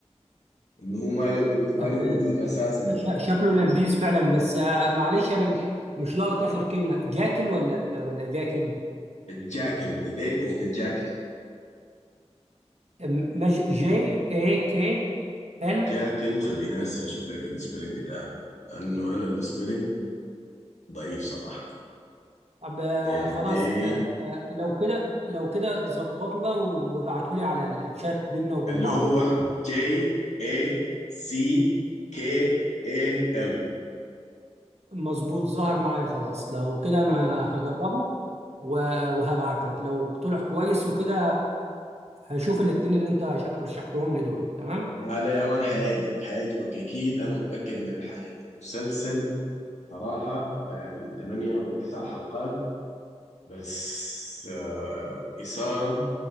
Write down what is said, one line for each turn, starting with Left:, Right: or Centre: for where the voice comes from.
Left: انه هو ما له ما
Right: يعني
Left: له وجود اساسا
Right: ش-
Left: تاني
Right: شكله لذيذ فعلا بس آه، معلش انا مش مش لاقط اخر كلمه جاكل ولا ولا جاكل
Left: الجاكل ذا داي اوف ذا جاكل
Right: م- ماشي جي اي كي ال
Left: جاكل خليني هسه اشوف لك السبيلنج بتاعه لانه انا السبيلنج ضعيف صراحه
Right: طب آه،
Left: ذا
Right: خلاص
Left: داي
Right: آه، آه، لو كده لو كده ظبطوا بقى وابعتوا لي على الشات بيننا وبين
Left: اللي
Right: بعض
Left: هو
Right: بقى
Left: جي اي سي كي اي ال
Right: مظبوط ظهر معايا خلاص لو كده انا هجربه و- وهبعت لك لو طلع كويس وكده هشوف الاتنين اللي انت رشحتهم لي دول تمام
Left: لا لا يا مان حيعجبك حيعجبك اكيد انا متاكد من الحاجه دي مسلسل صراحه يعني 8 او 9 حلقات بس آه اثاره